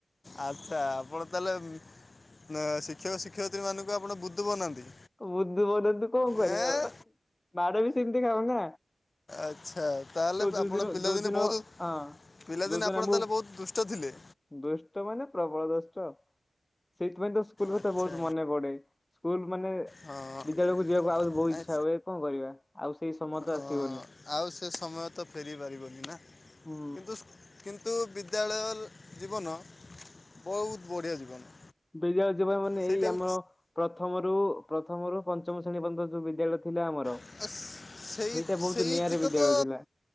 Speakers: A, on the left; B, on the left.
A: ଆଚ୍ଛା ଆପଣ ତାହେଲେ ନା ଶିକ୍ଷକ ଶିକ୍ଷୟତ୍ରୀ ମାନଙ୍କୁ ଆପଣ ବୁଧୁ ବନାନ୍ତି।
B: ବୁଧୁ ବନନ୍ତୁ କଣ କରିବା
A: ଏଁ?
B: ଆଉ ମାଡ ବି ସେମିତି ଖାଉ ନା।
A: ଆଚ୍ଛା ତାହେଲେ
B: ତ ଯୋଉ
A: ଆପଣ
B: ଦିନ
A: ପିଲାଦିନେ
B: ଯୋଉ ଦିନ
A: ବହୁତ
B: ହଁ।
A: ପିଲାଦିନେ
B: ଯୋଉଦିନ
A: ଆପଣ
B: ଆମକୁ
A: ତାହେଲେ ବହୁତ ଦୁଷ୍ଟ ଥିଲେ?
B: ଦୁଷ୍ଟ ମାନେ ପ୍ରବଳ ଦୋଷ୍ଟ, ସେଇଥିପାଇଁ ତ ସୁ ସ୍କୁଲ କଥା
A: ଆଚ୍ଛା
B: ବହୁତ ମନେ ପଡେ, ସ୍କୁଲ ମାନେ
A: ହଁ
B: ବିଦ୍ୟାଳୟକୁ ଯିବାକୁ ଆହୁ ବହୁତ
A: ନାଇଁ
B: ଇଚ୍ଛା ହୁଏ କଣ କରିବା ଆଉ ସେଇ ସମୟ ତ
A: ହଁ
B: ଆସିବନି।
A: ଆଉ ସେ ସମୟ ତ ଫେରି ପାରିବନି ନା,
B: ହୁଁ
A: କିନ୍ତୁ କିନ୍ତୁ ବିଦ୍ୟାଳୟର ଜୀବନ ବହୁତ ବଢ଼ିଆ ଜୀବନ।
B: ବିଦ୍ୟାଳୟ ଯିବ ମାନେ
A: ସେଇଟାକୁ
B: ଏଇ ଆମର ପ୍ରଥମରୁ ପ୍ରଥମରୁ ପଞ୍ଚମ ଶ୍ରେଣୀ ପର୍ଯ୍ୟନ୍ତ ଯୋଉ ବିଦ୍ୟାଳୟ ଥିଲା ଆମର
A: ସ୍- ସେଇ
B: ସେଇଟା ବହୁତ
A: ସେଇ
B: ନିଆରା
A: ତିକ
B: ବିଦ୍ୟାଳୟ
A: ତ
B: ଥିଲା